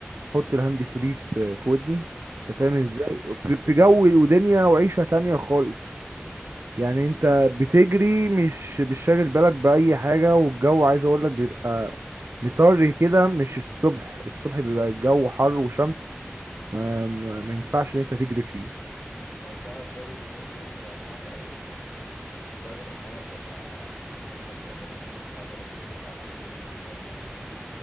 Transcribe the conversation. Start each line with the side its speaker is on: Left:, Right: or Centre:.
Right: احط الهاند فري في في ودني
Left: امم
Right: انت فاهم ازاي في... في جو ودنيا وعيشة تانية خالص يعني انت بتجري مش مش شاغل بالك بأي حاجة والجو عايز اقول لك بيبقى مطري كده مش الصبح الصبح بيبقى الجو حر وشمس ما, ما... ما ينفعش ان انت تجري فيه
Left: هو بصراحة الجو اليومين دول بقى صعب قوي يعني درجة الحرارة بتبقى 35 و39 وساعات بتجيب ال 42